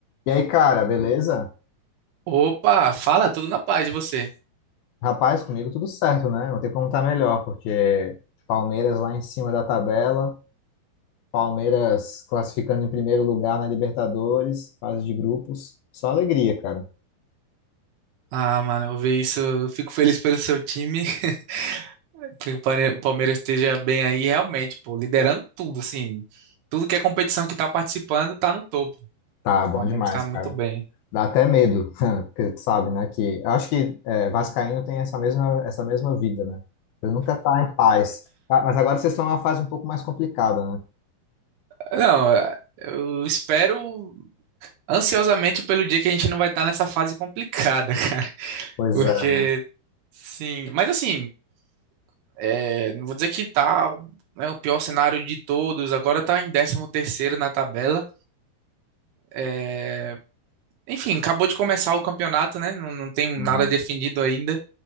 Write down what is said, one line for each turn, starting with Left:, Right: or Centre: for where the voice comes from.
Left: E aí, cara, beleza?
Right: Opa, fala, tudo na paz de você.
Left: Rapaz, comigo tudo certo, né? Não tem como estar melhor, porque Palmeiras lá em cima da tabela, Palmeiras classificando em primeiro lugar na Libertadores, fase de grupos. Só alegria, cara.
Right: Ah, mano, eu vi isso, eu fico feliz pelo seu time. <laughs> Que o Pare- Palmeiras esteja bem aí, realmente, pô, liderando tudo, assim. Tudo que é competição que tá participando tá no topo. O
Left: Tá bom
Right: Palmeiras
Left: demais,
Right: tá muito
Left: cara.
Right: bem.
Left: Dá até medo, <laughs> porque tu sabe, né? Que eu acho que é, Vascaíno tem essa mesma, essa mesma vida, né? Ele nunca tá em paz. Ah, mas agora vocês estão numa fase um pouco mais complicada, né?
Right: Não, eu espero ansiosamente pelo dia que a gente não vai estar nessa fase complicada, <laughs> cara.
Left: Pois
Right: Porque,
Left: é, né?
Right: sim. Mas assim, é, não vou dizer que tá, né, o pior cenário de todos. Agora tá em décimo terceiro na tabela. É, Enfim, acabou de começar o campeonato, né? Não, não tem nada
Left: Uhum.
Right: definido ainda,